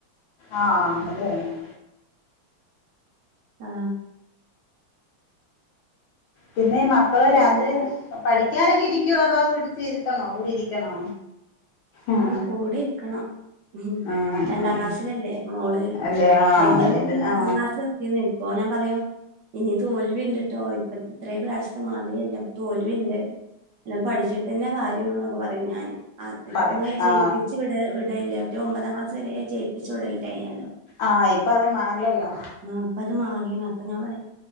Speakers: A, on the left; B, on the right.
A: ആ അതെന്നെ.
B: ആ.
A: പിന്നെ ഈ മക്കള്
B: പിന്നെ
A: രാത്രി പഠ നൊക്കെ ഇരിക്കുവോ അതോ പിടിച്ച് ഇരുത്തണോ കൂടി ഇരിക്കണോ? ആഹ്
B: ആ കൂടെ ഇരിക്കണം ഉം
A: ആഹ്
B: രണ്ടാം
A: ആഹ്
B: ക്ലാസ്സിലല്ലേ മോള്.
A: അല്ലേ ആ
B: വലിയ
A: അന്നേരം
B: <unintelligible>
A: ഇതിന് ആ
B: ഇപ്പൊ ഞാൻ പറയോ ഇനി തോൽവി ഉണ്ട്ട്ടോ ഇപ്പ ഇത്രയും പ്രാവശ്യത്തെ മാതിരില്ല തോൽവിണ്ട്. അല്ല പഠിച്ചിട്ട് തന്നെ കാര്യമള്ളൂ എന്നൊക്കെ പറയും ഞാന് ഇപ്പ
A: പറയും
B: ഇങ്ങനെ ജയിപ്പിച്ച്
A: ആ
B: വിട വിടല ഒമ്പതാം ക്ലാസ് വരെ ജയിപ്പിച്ചു വിടലിണ്ടാഞ്ഞല്ലോ.
A: ആഹ് ഇപ്പ അത് മാറിയല്ലോ.
B: ആ അപ്പ അത് മാറാണ് അപ്പൊ ഞാൻ പറയാ